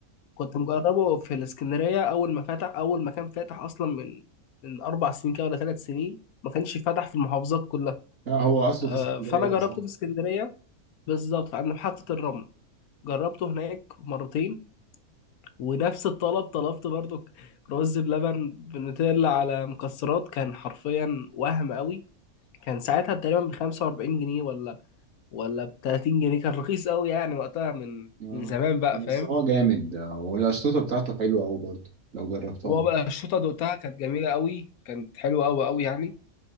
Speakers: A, on the left (about 75°); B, on the right (about 60°).
A: كنت مجربه في الاسكندريه اول ما فتح اول ما كان فاتح اصلا من من اربع سنين كده ولا ثلاث سنين ما كانش فاتح في المحافظات كلها
B: لا هو أصله
A: آه،
B: في اسكندرية
A: فانا جربته
B: صح
A: في اسكندريه بالظبط عند محطه الرمل جربته هناك مرتين ونفس الطلب طلبت برضو رز بلبن بنوتيلا على مكسرات كان حرفيا وهم قوي كان ساعتها تقريبا ب 45 جنيه ولا ولا ب 30 جنيه كان رخيص قوي يعني وقتها من
B: اه
A: من زمان بقى
B: بس
A: فاهم
B: هو جامد والقشطوطة بتاعته حلوة أوي برضه لو جربتها
A: هو بقى الشوطه دقتها كانت جميله قوي كانت حلوه قوي قوي يعني